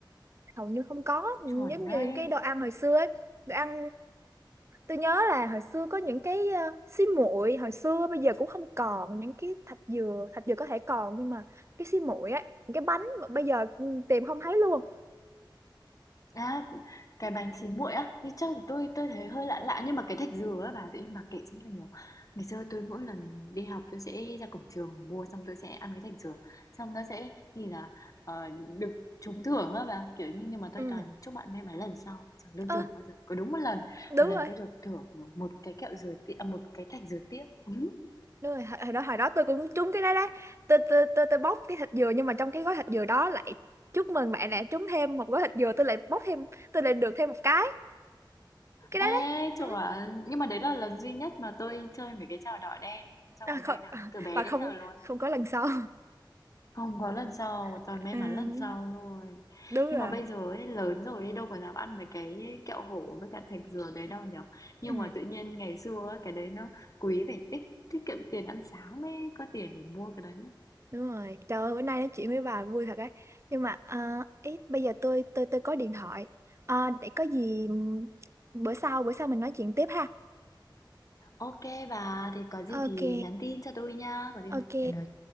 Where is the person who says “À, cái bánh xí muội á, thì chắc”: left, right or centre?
Left